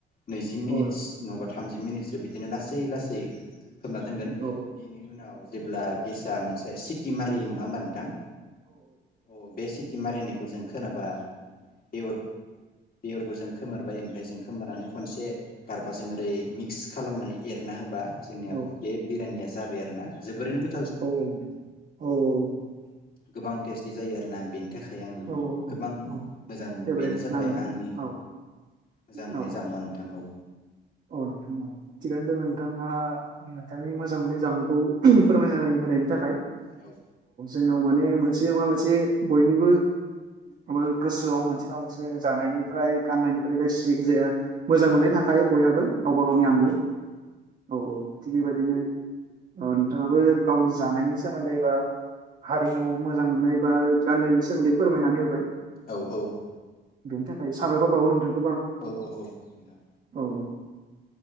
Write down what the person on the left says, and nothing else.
नैजि मिनिटस
नङाबा थामजि मिनिटसो बिदि लासै लासै खोबना दोनगोन
बेनि उनाव जेब्ला गेसा मोनसे सिट टिमारि नङा होमबा नोंथां अ बे सिटिमारि होननायखौ जों खोनाबा <unintelligible> बे अरखौ जों खोमोरबाय ओमफाय जों खोमोरनानै खनसे गारबाजों ओरै मिक्स खालामनानै एरना होब बा जोंनिया
बे बेरियानिया जाबाय आरोना जोबोरैनो गोथ
गोबां टेस्टि जायो आरो ना बेनि थाखाय आं
गोबां
मोजां मोनो
बेनो जाबाय
आंनि
मोजां मोननाय
जामुवा नोंथां औ।
औ
औ
औ औ।
औ औ औ नोंथां।